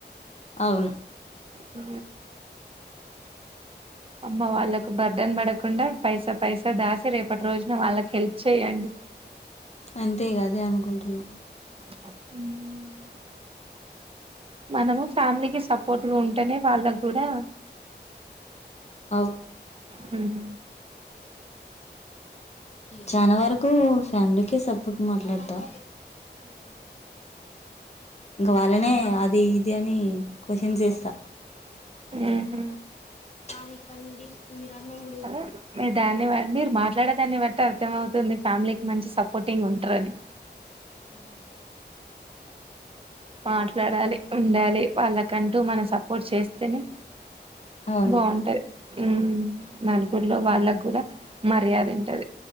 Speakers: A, on the left; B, on the right.
A: అవును
B: ఉ అమ్మ వాళ్ళకు బర్డన్ పడకుండా పైసా పైసా దాసి రేపటి రోజున వాళ్ళకి హెల్ప్ చెయండి
A: అంతే ఇగా అనుకుంటున్నా
B: హ మనము ఫ్యామిలీకి సపోర్ట్గా ఉంటేనే వాళ్ళకి కూడా
A: అవును
B: హుమ్
A: చాలా వరకు ఫ్యామిలీకే సపోర్ట్ మాట్లాడతా ఇంక వాళ్ళనే అది ఇది అని క్వశ్చన్ చేస్తా
B: ఉహ్
A: సారీ కాండీ మీరు అన్నం కూడా తెచ్చు
B: అదే మీరు దాన్ని మీరు మాట్లాడేదాన్ని బట్టి అర్థం అవుతుంది ఫ్యామిలీకి మంచి సపోర్టింగ్ ఉంటరని మాట్లాడాలి ఉండాలి వాళ్ళకంటూ మనం సపోర్ట్ చేస్తేనే
A: అవును
B: బాగుంటది హ్మ్మ్ నలుగురిలో వాళ్ళకు కూడా మర్యాద ఉంటది